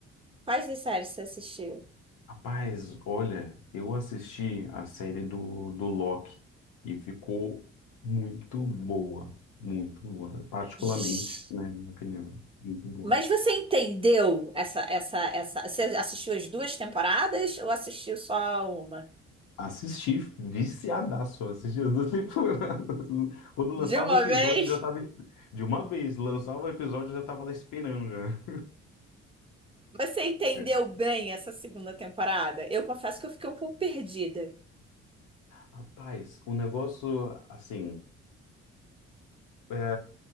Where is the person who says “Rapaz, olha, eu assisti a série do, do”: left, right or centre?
Left